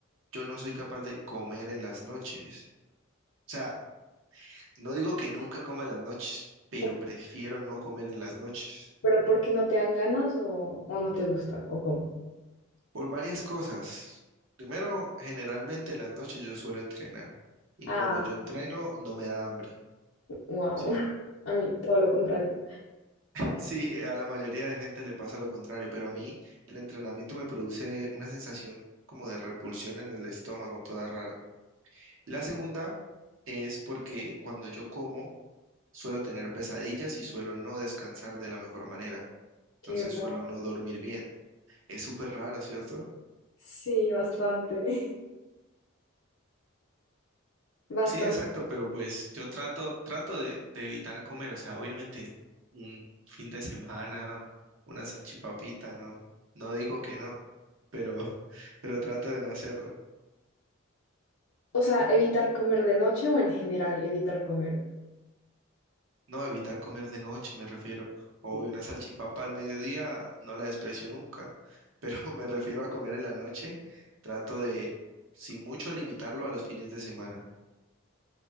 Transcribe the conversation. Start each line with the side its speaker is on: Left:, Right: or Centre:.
Right: yo no soy capaz de comer en las noches. O sea, no digo que nunca coma en las noches, pero
Left: Ok,
Right: prefiero no comer en las noches.
Left: Pero ¿por qué no te dan ganas o, o no te gusta o cómo?
Right: Por varias cosas. Primero, generalmente en las noches yo suelo entrenar y
Left: Ah,
Right: cuando yo entreno no me da hambre,
Left: wow.
Right: ¿sí?
Left: <laughs> A mí todo lo contrario.
Right: Sí, eh, a la mayoría de gente le pasa lo contrario, pero a mí el entrenamiento me produce una sensación como de repulsión en el estómago, toda rara. La segunda es porque cuando yo como suelo tener pesadillas y suelo no descansar de la mejor manera, entonces
Left: Qué
Right: suelo
Left: raro.
Right: no dormir bien. Es súper raro, ¿cierto?
Left: Sí, bastante, <laughs> bastante.
Right: Sí, exacto, pero pues yo trato, trato de, de evitar comer, o sea, obviamente un fin de semana, una salchipapita, ¿no? No digo que no. pero, <laughs> pero trato de no hacerlo.
Left: O sea, evitar comer de noche o en general evitar comer.
Right: No, evitar comer de noche, me refiero. Obvio,
Left: Sí.
Right: una salchipapa al mediodía no la desprecio nunca, pero <laughs> me refiero a comer en la noche. Trato de, sin mucho, limitarlo a los fines de semana.